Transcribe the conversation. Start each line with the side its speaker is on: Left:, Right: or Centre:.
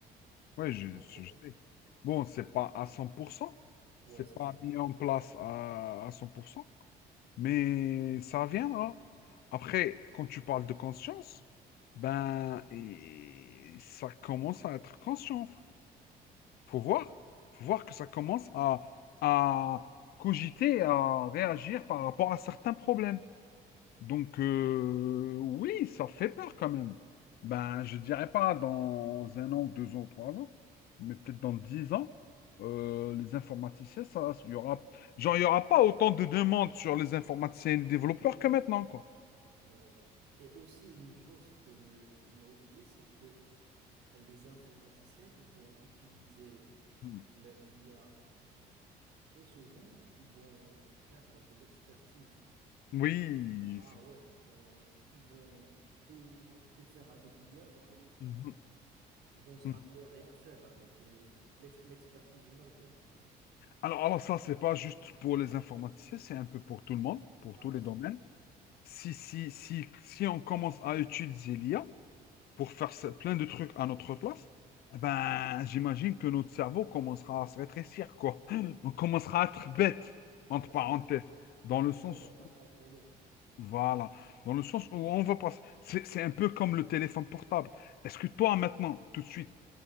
Left: Oui, je,
Right: Tu comprends?
Left: je- je sais. Bon, c'est pas à cent pour cent
Right: Ouais,
Left: c'est
Right: c'est
Left: pas
Right: ça.
Left: mis en place à, à cent pour cent Mais ça viendra. Après, quand tu parles de conscience, ben, et ça commence à être conscient. fr- Faut voir. Faut voir que ça commence à, à cogiter, à réagir par rapport à certains problèmes. Donc, euh, oui, ça fait peur quand même. Ben, je dirais pas dans un an, deux ans, trois ans, mais peut-être dans dix ans, euh, les informaticiens, ça, il y aura, genre, il y aura pas autant de demandes sur les informaticiens et les développeurs que maintenant, quoi.
Right: Ouais. Et aussi une chose que on a oublié, c'est que les informaticiens, ils vont utiliser
Left: Mm.
Right: la- l'IA très souvent, ils vont perdre de l'expertise.
Left: Oui.
Right: Ah
Left: c'est-
Right: ouais, ils vont, ils vont tout, tout faire avec l'IA, donc ils vont,
Left: Mhm,
Right: ils, ils vont se
Left: mhm.
Right: rappeler à rien faire avec euh, l'ex- l'expertise humaine, quoi.
Left: Alors, alors ça, c'est pas juste pour les informaticiens, c'est un peu pour tout le monde, pour
Right: Ah
Left: tous
Right: ouais,
Left: les
Right: c'est
Left: domaines.
Right: vrai.
Left: Si, si, si, si on commence à utiliser l'IA, pour faire ça- plein de trucs à notre place, eh ben, j'imagine que notre cerveau commencera à se rétrécir, quoi. On commencera à être bête,
Right: Ah
Left: entre
Right: Ouais,
Left: parenthèses,
Right: c'est vrai.
Left: dans le
Right: C'est
Left: sens,
Right: vrai, on va pas se contrôler.
Left: voilà, dans le sens où on va passer. C'est, c'est un peu comme le téléphone portable. Est-ce que toi, maintenant, tout de suite,